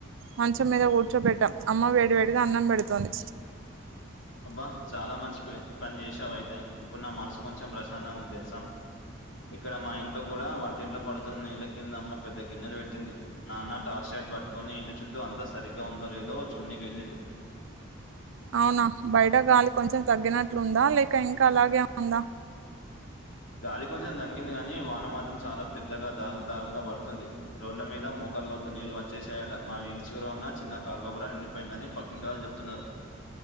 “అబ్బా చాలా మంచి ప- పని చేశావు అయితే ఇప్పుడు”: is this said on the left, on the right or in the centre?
Left